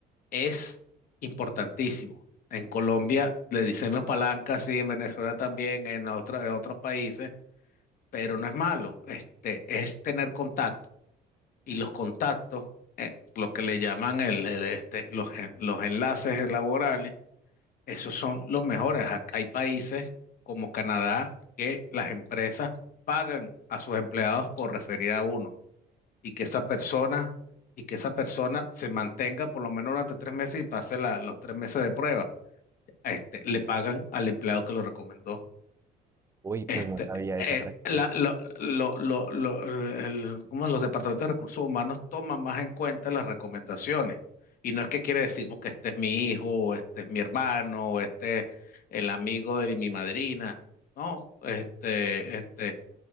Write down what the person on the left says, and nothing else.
es importantísimo. En Colombia le decimos palanca, sí, en Venezuela también, en, otra- en otros países, pero no es malo, este, es tener contacto. Y los contactos, eh, lo que le llaman el, el, este, los, en- los enlaces laborales, esos son los mejores. Ha- Hay países como Canadá que las empresas pagan a sus empleados por referir a uno. y que esa persona, y que esa persona se mantenga por lo menos durante tres meses y pase la- los tres meses de prueba. Este, le pagan al empleado que lo recomendó.
Este,
eh,
la- lo- lo- lo- lo- el- ¿cómo es? los departamentos de recursos humanos toman más en cuenta las recomendaciones. Y no es que quiere decir que este es mi hijo, o este es mi hermano, o este es el amigo de mi madrina. No, este, este,